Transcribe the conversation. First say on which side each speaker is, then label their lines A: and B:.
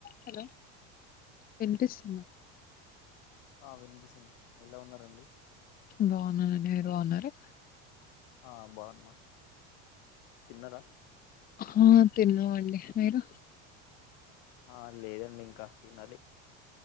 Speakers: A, on the left (about 25°); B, on the left (about 70°).
A: Hello వినిపిస్తు
B: ఆ వినిపిస్తుంది ఎలా ఉన్నారండి
A: బాగున్నానండి మీరు బాగున్నారా
B: ఆ బాగున్నాం తిన్నారా
A: ఆ తిన్నామండి మీరు
B: ఆ లేదండి ఇంకా తినాలి